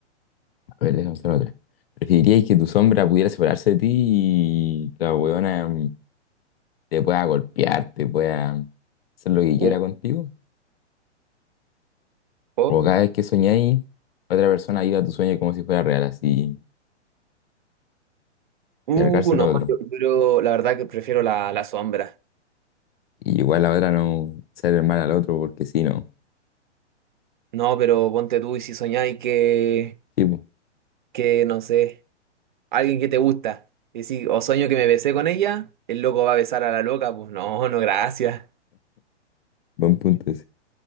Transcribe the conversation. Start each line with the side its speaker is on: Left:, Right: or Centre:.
Left: A ver, déjame hacer otra. ¿Preferiríais que tu sombra pudiera separarse de ti y la huevona... te pueda golpear, te pueda hacer lo que quiera
Right: Uh,
Left: contigo.
Right: oh.
Left: O cada vez que soñáis, otra persona viva tu sueño como si fuera real, así,
Right: Uh,
Left: cargárselo
Right: no,
Left: a otro.
Right: yo, yo la verdad que prefiero la, la sombra.
Left: Y igual la otra no ser mal al otro, porque si no.
Right: No, pero ponte tú y si soñáis que,
Left: Sí, po.
Right: que, no sé, alguien que te gusta, y si, o sueño que me besé con ella, el loco va a besar a la loca, pues no, no, gracias.
Left: buen punto ese.